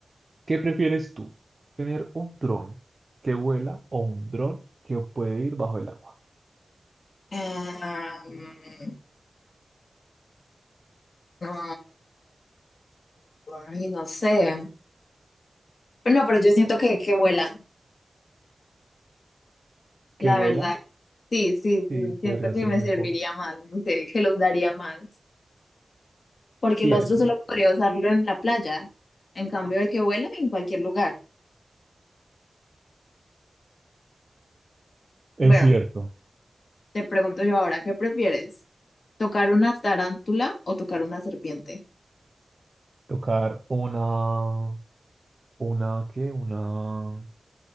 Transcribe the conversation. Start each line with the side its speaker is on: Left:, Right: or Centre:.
Right: ¿Qué prefieres tú? ¿Tener un dron que vuela o un dron que puede ir bajo el agua?
Left: Em, no, Ay, no sé. Pero no pero yo siento que, que vuela,
Right: ¿Que
Left: la
Right: vuela?
Left: verdad. Sí, sí, sí,
Right: Sí, podría
Left: siento que
Right: ser
Left: me
Right: mejor.
Left: serviría más, no sé, que los daría más. porque
Right: Sí,
Left: el otro
Right: es ver-
Left: solo podría usarlo en la playa. En cambio, el que vuela en cualquier lugar.
Right: es
Left: Bueno,
Right: cierto.
Left: te pregunto yo ahora, ¿qué prefieres? ¿Tocar una tarántula o tocar una serpiente?
Right: Tocar una... ¿Una qué? Una...